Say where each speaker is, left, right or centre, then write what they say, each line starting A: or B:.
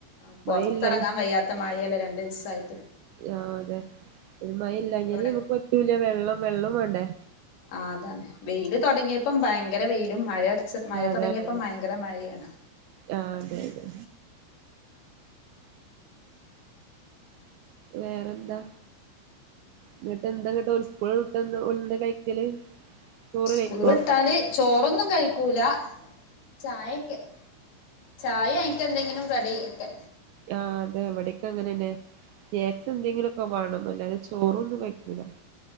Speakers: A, on the left; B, on the right.
A: ആ പുറത്തിറങ്ങാൻ
B: മഴ ഇല്ല
A: വയ്യാത്ത മഴയല്ലേ രണ്ടു ദിവസായിട്ട്
B: ആഹ് അതെ ഒരു മഴ ഇല്ലഞ്ഞാല്
A: നമ്മളിവിടെ
B: നമക്ക് പറ്റൂല വെള്ളം വെള്ളം വേണ്ടേ
A: ആ അതാണ് വെയിൽ തുടങ്ങിയപ്പം ഭയങ്കര വെയിലും മഴയടച മഴ
B: ആ അതാണ്
A: തുടങ്ങിയപ്പം ഭയങ്കര മഴയാ
B: ആ അതെ അതെ വേറെ എന്താ ഇങ്ങട്ട് എന്താങ്ങട്ട് സ്കൂൾട്ട് എന്താ ഓല് കഴിക്കല് ചോറ്
A: സ്കൂൾ
B: കഴിക്കോ
A: വിട്ടാല് ചോറൊന്നും കഴിക്കൂല ചായൊക്കെ ചായ അയിക്ക് എന്തെങ്കിലും കടി ഒക്കെ
B: ആഹ് അതെ ഇവിടെയൊക്കെ അങ്ങനെന്നെ കേക് എന്തെങ്കിലും വേണം അല്ലാതെ ചോറൊന്നും കഴിക്കൂല